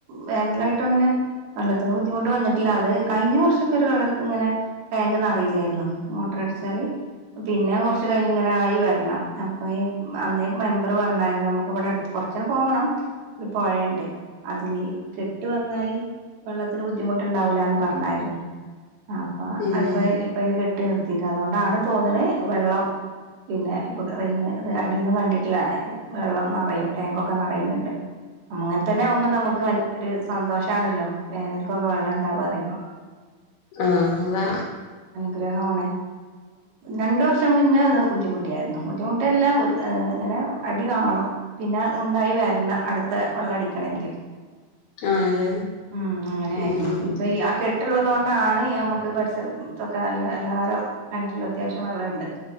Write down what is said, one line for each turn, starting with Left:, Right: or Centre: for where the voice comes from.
Right: വേനലായിട്ടും അങ്ങനെ വെള്ളത്തിന് ബുദ്ധിമുട്ട് വന്നിട്ടില്ല അത് കഴിഞ്ഞ വർഷക്ക ഒരു വെള്ളത്തി ഇങ്ങനെ ടാങ്ക് നറയില്ലായിരുന്നു മോട്ടർ അടിച്ചാല് പിന്നെ കൊറച്ച് കഴിഞ്ഞ ഇങ്ങനെ ആയി വരണം അപ്പൊ അന്നേ മെമ്പറ് പറഞ്ഞായിരുന്നു നമുക്ക് ഇവിടെ അടുത്ത് കൊറച്ചന പോവണം ഒരു പൊയെണ്ട് അതില് കെട്ട് വന്നാല് വെള്ളത്തിന് ബുദ്ധിമുട്ടിണ്ടാവൂലാന്ന് പറഞ്ഞായിരുന്നു അപ്പ
Left: ഉം
Right: അയ്പ്പ ഇപ്പ അയ്ല് കെട്ട് അതുകൊണ്ടാണ് തോന്നണ് വെള്ളം പിന്നെ ഇപ്പൊ റിങ് അടിയൊന്നും കണ്ടിട്ടില്ല വെള്ളം നറയും ടാങ്കൊക്കെ നറയ്ണ് ണ്ട് അങ്ങനെ തന്നെ ആവുമ്പോ നമുക്ക് ഒരു സന്തോഷാണല്ലോ വേനൽക്കൊക്കെ വെള്ളം ഇണ്ടാവ പറയുമ്പോ
Left: ആഹ് അതാ
Right: ഗ്രഹം ആണ് രണ്ടു വർഷം മുന്നേ ഒന്ന് ബുദ്ധിമുട്ടിയായിരുന്നു ബുദ്ധിമുട്ടല്ല ഇങ്ങനെ അടി കാണും പിന്നെ ഉണ്ടായി വരണം അടുത്ത വെള്ളം അടിക്കണെങ്കില്
Left: ആണല്ലേ
Right: ഉം അങ്ങനെയായിരുന്നു
Left: ഉം
Right: ഇപ്പ ആ കെട് ട്ട്ള്ളതുകൊണ്ടാണ് നമുക്ക് പരിസരം തൊ ക്കെ നല്ല എല്ലാരും കെണറ്റില് അത്യാവശ്യം വെള്ളണ്ട്